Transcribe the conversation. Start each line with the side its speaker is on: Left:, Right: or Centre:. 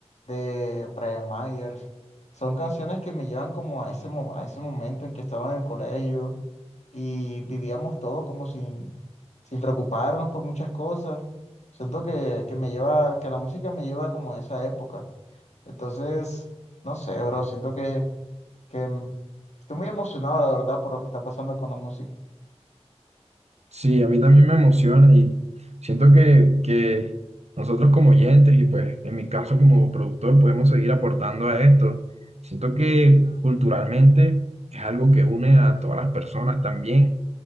Left: de Brian Myers, son canciones que me llevan como a ese, mo- a ese momento en que estaba en el colegio y vivíamos todo como sin, sin preocuparnos por muchas cosas. Siento que, que me lleva, que la música me lleva como a esa época. Entonces... No sé, bro, siento que, que mm, estoy muy emocionado, la verdad, por lo que está pasando con la música.
Right: sí, a mí también me emociona y siento que, que nosotros como oyentes y pues en mi caso como productor podemos seguir aportando a esto. Siento que culturalmente es algo que une a todas las personas también.